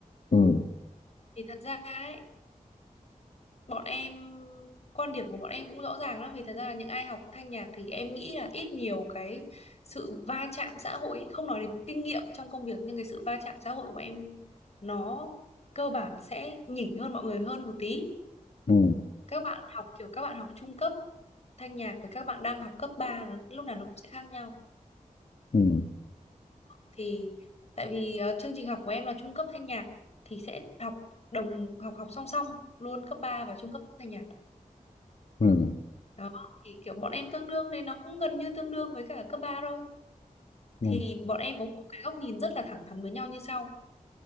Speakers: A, on the left (about 70°); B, on the left (about 50°).
A: ừ,
B: thì thật ra ấy bọn em quan điểm của bọn em cũng rõ ràng lắm vì thật ra là những ai học thanh nhạc thì em nghĩ là ít nhiều cái sự va chạm xã hội ấy. không nói đến kinh nghiệm trong công việc nhưng cái sự va chạm xã hội của bọn em nó cơ bản sẽ nhỉnh hơn mọi người hơn một tí
A: ừ,
B: các bạn học kiểu các bạn học trung cấp thanh nhạc với các bạn đang học cấp 3 nó lúc nào nó cũng sẽ khác nhau
A: ừ,
B: thì tại vì ờ, chương trình học của em là trung cấp thanh nhạc thì sẽ học đồng học học song song luôn cấp 3 và trung cấp thanh nhạc
A: ừ,
B: đó thì kiểu bọn em tương đương nên nó cũng gần như tương đương với cả cấp 3 thôi
A: ừ,
B: thì bọn em có một cái góc nhìn rất là thẳng thắn với nhau như sau